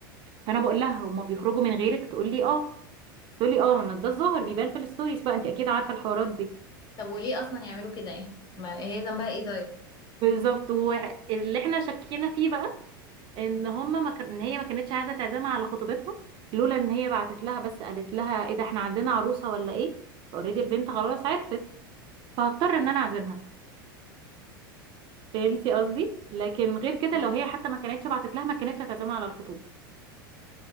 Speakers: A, on the right (about 45°); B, on the left (about 40°).
A: فأنا بقول لها هما بيخرجوا من غيرك تقول لي اه تقول لي اه انا ده الظاهر بيبان في الستوريز بقى انت اكيد عارفة الحوارات دي
B: طب وليه اصلا يعملوا كده يعني ما هي ذنبها ايه طيب
A: بالظبط واللي احنا شكينا فيه بقى ان هما ما كان... ان هي ما كانتش عايزة تعزمها على خطوبتها لولا ان هي بعتت لها بس قالت لها ايه ده احنا عندنا عروسة ولا ايه اوريدي البنت خلاص عرفت فهضطر ان انا اعزمها فهمتي
B: أوكي،
A: قصدي لكن غير كده
B: فهماكي.
A: لو هي حتى ما كانتش بعتت لها ما كانتش هتعزمها على الخطوبه